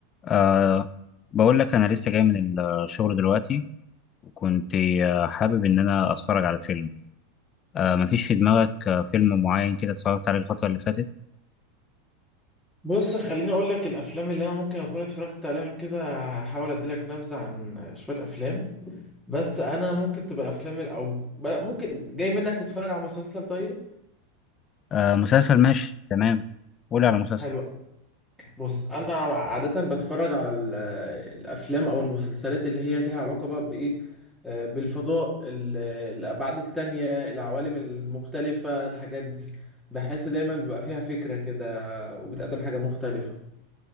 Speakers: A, on the left (about 30°); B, in the centre.
A: أه بقول لك أنا لسه جاي من الشغل دلوقتي وكنت آه، حابب إن أنا أتفرج على فيلم أه مفيش في دماغك آه، فيلم معين كده اتفرجت عليه الفترة اللي فاتت
B: بص خليني اقول لك الافلام اللي انا ممكن اكون اتفرجت عليها كده هحاول اديلك نبذه عن شويه افلام بس انا ممكن تبقى الافلام ال- او ب- ممكن جاي منك تتفرج على مسلسل طيب
A: أه مسلسل ماشي تمام قولي على مسلسل
B: حلو بص انا عاده بتفرج على ال- الافلام او المسلسلات اللي هي ليها علاقه بقى بايه آه، بالفضاء ال- الابعاد التانية العوالم المختلفه الحاجات دي بحس دايما بيبقى فيها فكره كده وبتقدم حاجه مختلفه